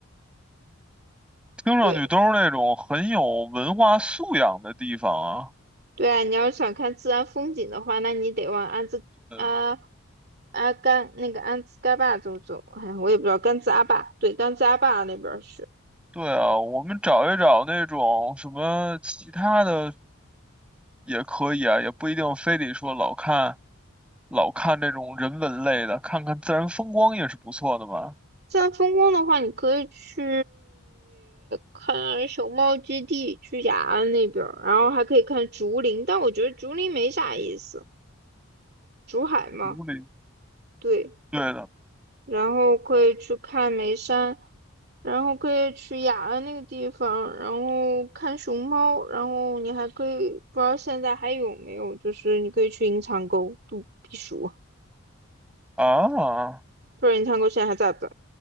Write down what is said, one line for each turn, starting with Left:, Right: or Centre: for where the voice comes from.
Centre: 听上去都是那种很有文化素养的地方啊。
Right: 对，对啊，你要是想看自然风景的话，那你得往安子阿
Centre: 呃，
Right: 阿甘那个安兹盖坝走走。哎呀我也不知道甘孜阿坝，对，甘孜阿坝那边儿是
Centre: 对啊，我们找一找那种什么其他的也可以啊，也不一定非得说老看老看这种人文类的，看看自然风光也是不错的嘛。
Right: 自然风光的话，你可以去看熊猫基地、去雅安那边儿，然后还可以看竹林，但我觉得竹林没啥意思，竹海嘛，
Centre: 竹林，
Right: 对。
Centre: 对的
Right: 然后可以去看眉山，然后可以去雅安那个地方，然后看熊猫，然后你还可以不知道现在还有没有，就是你可以去银长沟度避暑，
Centre: 啊，
Right: 不知道银长沟现在还在不在？